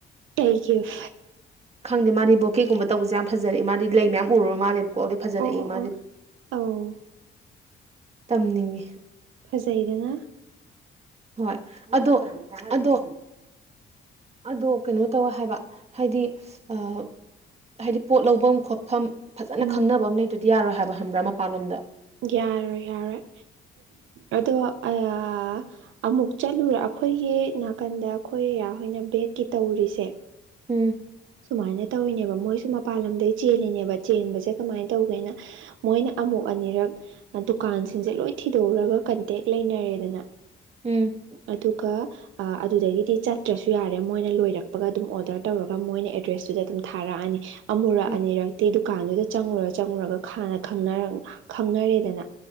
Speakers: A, on the right; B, on the right.
A: ꯀꯩ ꯒꯤꯞ
B: ꯈꯪꯗꯦ ꯃꯥꯗꯤ ꯕꯣꯀꯦꯒꯨꯝꯕ ꯇꯧꯕꯁꯦ ꯌꯥꯝ ꯐꯖꯩ ꯃꯥꯗꯤ ꯂꯩ ꯃꯌꯥꯝ ꯎꯔꯨꯔ ꯃꯥꯜꯂꯦ ꯀꯣꯛꯗꯤ ꯐꯖꯔꯛꯏ
A: ꯑꯣ ꯑꯣ
B: ꯃꯥꯒꯤ
A: ꯑꯣ ꯑꯧ
B: ꯇꯝꯅꯤꯡꯉꯦ
A: ꯐꯖꯩꯗꯅ
B: ꯍꯣꯏ ꯑꯗꯣ ꯑꯗꯣ ꯑꯗꯣ ꯀꯩꯅꯣ ꯇꯧꯋꯦ ꯍꯥꯏꯕ ꯍꯥꯏꯗꯤ ꯑꯥ ꯍꯥꯏꯗꯤ ꯄꯣꯠ ꯂꯧꯚꯝ ꯈꯣꯠꯐꯝ ꯐꯖꯅ
A: ꯎꯝ
B: ꯈꯪꯅꯕ ꯑꯃ ꯂꯩꯇꯗꯤ ꯌꯥꯔꯣꯏ ꯍꯥꯏꯕ ꯈꯕ꯭ꯔꯥ ꯃꯄꯥꯟꯂꯝꯗ
A: ꯌꯥꯔꯣꯏ ꯌꯥꯔꯣꯏ ꯑꯗꯣ ꯑꯥ ꯑꯃꯨꯛ ꯆꯠꯂꯨꯔ ꯑꯩꯈꯣꯏꯒꯤ ꯅꯥꯀꯟꯗ ꯑꯩꯈꯣꯏ ꯌꯥꯍꯣꯏꯅ ꯕꯦꯛꯀꯤ ꯇꯧꯔꯤꯁꯦ
B: ꯎꯝ
A: ꯁꯨꯃꯥꯏꯅ ꯇꯧꯋꯤꯅꯦꯕ ꯃꯣꯏꯁꯨ ꯃꯄꯥꯟ ꯂꯝꯗꯩ ꯆꯦꯜꯂꯤꯅꯦꯕ ꯆꯦꯟꯕꯁꯦ ꯀꯃꯥꯏꯅ ꯇꯧꯒꯦꯗ ꯃꯣꯏꯅ ꯑꯃꯨꯛ ꯑꯅꯤꯔꯛ ꯗꯨꯀꯥꯟꯁꯤꯡꯁꯦ ꯂꯣꯏ ꯊꯤꯗꯣꯛꯎꯔꯒ ꯀꯟꯇꯦꯛ ꯂꯩꯅꯔꯦꯗꯅ
B: ꯎꯝ
A: ꯑꯗꯨꯒ ꯑꯥ ꯑꯗꯨꯗꯒꯤꯗꯤ ꯆꯠꯇ꯭ꯔꯁꯨ ꯌꯥꯔꯦ ꯃꯣꯏꯅ ꯂꯣꯏꯔꯛꯄꯒ ꯑꯗꯨꯝ ꯑꯣꯗꯔ ꯇꯧꯔꯒ ꯃꯣꯏꯅ ꯑꯦꯗ꯭ꯔꯦꯁꯇꯨꯗ ꯑꯗꯨꯝ ꯊꯥꯔꯛꯑꯅꯤ ꯑꯃꯨꯔꯛ
B: ꯎꯝ
A: ꯑꯅꯤꯔꯛꯇꯤ ꯗꯨꯀꯥꯟꯗꯨꯗ ꯆꯪꯉꯨꯔ ꯆꯪꯉꯨꯔꯒ ꯍꯥꯟꯅ ꯈꯪꯅꯔꯛ ꯈꯪꯅꯔꯦꯗꯅ